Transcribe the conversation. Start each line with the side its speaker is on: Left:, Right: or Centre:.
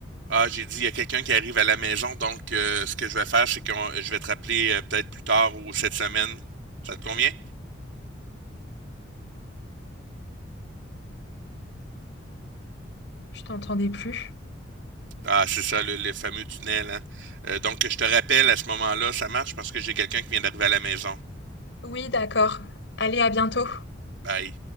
Right: Ah, j'ai dit, il y a quelqu'un qui arrive à la maison, donc euh, ce que je vais faire, c'est que je vais te rappeler euh, peut-être plus tard ou cette semaine. Ça te convient?
Left: Je t'entendais plus.
Right: Ah, c'est ça, le, le fameux tunnel, hein. Euh, donc, je te rappelle à ce moment-là, ça marche parce que j'ai quelqu'un qui vient d'arriver à la maison.
Left: Oui, d'accord. Allez, à bientôt.
Right: Bye.